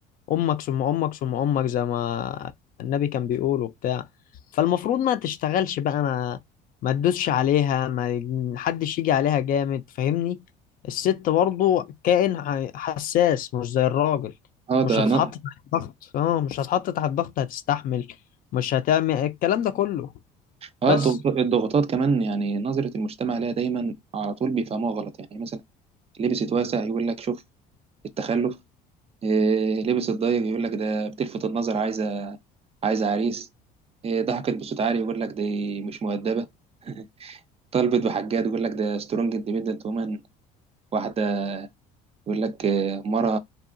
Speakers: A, on the left (about 50°); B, on the right (about 35°).
A: امك ثم امك ثم امك زي ما النبي كان بيقول وبتاع فالمفروض ما تشتغلش بقى ما ما تدوسش عليها ما حدش يجي عليها جامد فاهمني الست برضو كائن ع- حساس مش زي الراجل
B: اه
A: مش
B: ده
A: هتتحط
B: ن-
A: تحت ضغط اه مش هتتحط تحت ضغط هتستحمل مش هتعمل الكلام ده كله
B: اه
A: بس
B: الضغط- الضغوطات كمان يعني نظرة المجتمع لها دايما على طول بيفهموها غلط يعني مثلا لبست واسع يقول لك شوف التخلف آه، لبست ضيق يقول لك ده بتلفت النظر عايزة عايزة عريس آه، ضحكت بصوت عالي يقول لك دي مش مؤدبة <laughs> طلبت بحاجات يقول لك ده سترونج اندبندنت وومن واحدة يقول لك آه، مرة